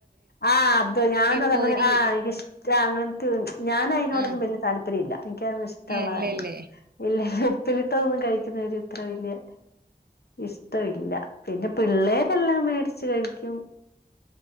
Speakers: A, on the left; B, on the right.
A: ആഹ് അത് ഞാനതങ്ങനെ
B: പോരി
A: ആഹ് എനിക്കിഷ്ട്ട അങ്ങൻതെ. ഞാൻ അയിനോടൊന്നും
B: ആ
A: വല്ല്യ താല്പര്യ ഇല്ല. എനിക്ക് അതൊന്നും ഇഷ്ട്ടോള്ള
B: ഇല്ലല്ലേ
A: കാര്യല്ല. ഇല്ല ഉപ്പിലി ട്ടതൊന്നും കഴിക്കുന്നത് ഒരു ഇത്ര വല്ല്യ ഇഷ്ടവില്ല. പിന്നെ പിള്ളേരെല്ലാം മേടിച്ചു കഴിക്കും.